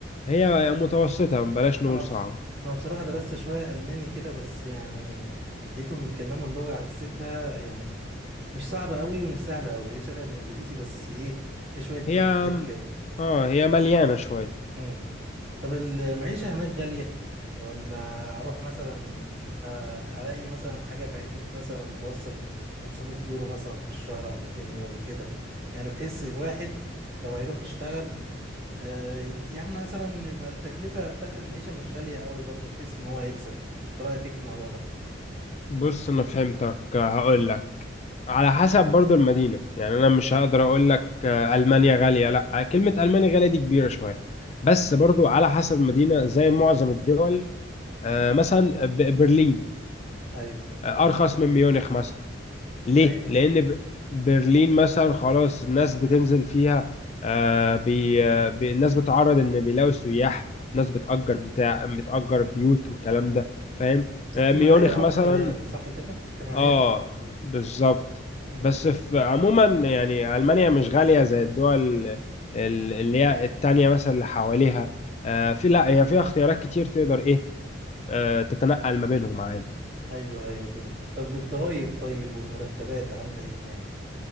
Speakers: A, on the left; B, on the right.
A: هي متوسطة بلاش نقول
B: انا
A: صعبة
B: بص... انا بصراحه درست شويه الماني كده بس يعني لقيتهم بيتكلموا اللغه حسيتها يعني مش صعبه قوي ومش سهله قوي هي شبه الانجليزي بس ايه في شويه تريكات
A: هي
B: كده
A: اه هي مليانة شوية
B: امم طب المعيشه هناك غاليه يا ولا اروح مثلا آه، الاقي مثلا حاجه في حدود مثلا متوسط 500 يورو مثلا في الشهر او 200 يورو كده يعني بحس الواحد لو هيروح يشتغل آه، يجي- يا عم مثلا يبقى التكلفة بتاعت المعيشة مش غالية قوي برضو بحيث ان هو يكسب انت رأيك ايه في الموضوع ده
A: بص انا فهمتك هقول لك على حسب برضو المدينة يعني انا مش هقدر اقول لك آه، المانيا غالية لا كلمة المانيا غالية دي كبيرة شوية بس
B: مم.
A: برضو على حسب المدينة زي معظم الدول آه، مثلا ب- برلين
B: ايوه
A: آه، ارخص من ميونخ مثلا ليه؟
B: ايوه
A: لأن ب- برلين مثلا خلاص الناس بتنزل فيها آه بي آه، بي الناس بتعرض إن بيلاقوا سياح ناس بتأجر بتاع بتأجر بيوت والكلام ده فاهم؟ آه
B: اجتماعية
A: ميونخ مثلا
B: اكتر يعني صح كده اجتماعية
A: اه
B: اكتر
A: بالظبط
B: امم
A: بس في عموما يعني ألمانيا مش غالية زي الدول ال- اللي هي التانية مثلا اللي حواليها آه في لا هي فيها اختيارات كتير تقدر إيه آه تتنقل ما بينهم عادي
B: ايوه ايوه فهمت طب الضرايب طيب والمرتبات عاملة ايه هناك